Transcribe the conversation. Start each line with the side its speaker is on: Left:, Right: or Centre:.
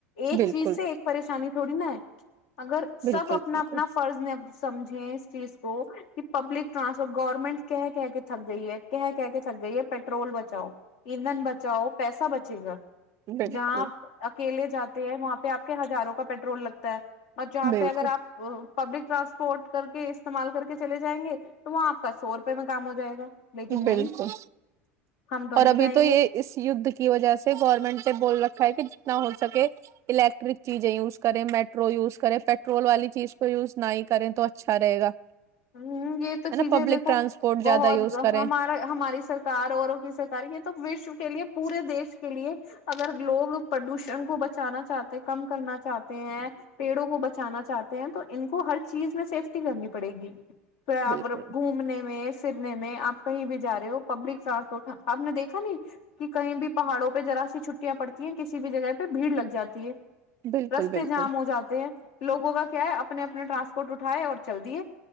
Left: ایک
Right: بالکل
Left: چیز سے ایک پریشانی تھوڑی نا ہے اگر سب
Right: بالکل
Left: اپنا
Right: بالکل
Left: اپنا فرض نے سمجھیں اس چیز کو کہ پبلک ٹرانسپورٹ گورنمنٹ کہ کہ کے تھک گئی ہے کہ کہ کے تھک گئی ہے پیٹرول ب بچاؤ ایندھن بچاؤ پیسا بچے گا
Right: بالکل
Left: جہاں آپ اکیلے جاتے ہیں وہاں آپ کے ہزاروں کا پیٹرول لگتا ہے اور جہاں
Right: بالکل
Left: پہ اگر آپ پبلک ٹرانسپورٹ کر کے استعمال کر کے چلے جائیں گے تو وہاں آپ کا سو روپئے میں کام ہو جائے گا لیکن نہیں
Right: بالکل
Left: ہم
Right: اور
Left: نہیں
Right: ابھی
Left: کہیں
Right: تو یہ
Left: گے
Right: اس یدھ کی وجہ سے گورنمنٹ نے بول رکھا ہے کہ نہ ہو سکے الیکٹرک چیزیں یوز کریں میٹرو یوز کریں پیٹرول والی چیز کو یوز نہ کریں تو اچھا رہے گا
Left: ہوں یہ تو
Right: ہے
Left: چیزیں
Right: نا پبلک
Left: دیکھو
Right: ٹرانسپورٹ
Left: بہت
Right: زیادہ یوز کریں
Left: ہمارا ہماری سرکار اوروں کی سرک یہ تو وشو کے لیے پورے دیش کے لیے اگر لوگ پردوشن کو بچانا چاہتے ہیں کم کرنا چاہتے ہیں پیڑوں کو بچانا چاہ چاہتے ہیں تو ان کو ہر چیز میں سیفٹی کرنی پڑے گی <inaudible> گھومنے
Right: بالکل
Left: میں پھر میں آپ کہیں بھی جا رہے ہو پبلک ٹرانسپورٹ آپ نے دیکھا نہیں کہ کہیں بھی پہاڑوں پہ ذرا سی چھٹیاں پڑتی کسی بھی جگہ پہ بھیڑ لگ جاتی ہے
Right: بالکل
Left: رستے
Right: بالکل
Left: جام ہو جاتے ہیں لوگوں کا کیا ہے اپنے اپنا ٹرانسپورٹ اٹھاائے اور چل دیے